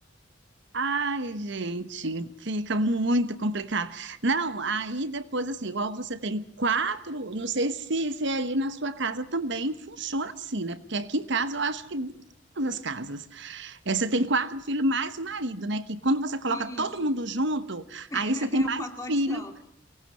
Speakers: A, on the right; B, on the left.
A: Ai, gente, fica muito complicado. Não, aí depois, assim, igual você tem quatro, não sei se, se aí na sua casa também funciona assim, né? Porque aqui em casa eu acho que todas as casas. É, você tem quatro filhos mais o marido, né? Que quando você coloca
B: Isso.
A: todo mundo junto, aí
B: <laughs>
A: você tem
B: É
A: mais
B: um pacote
A: um filho,
B: só.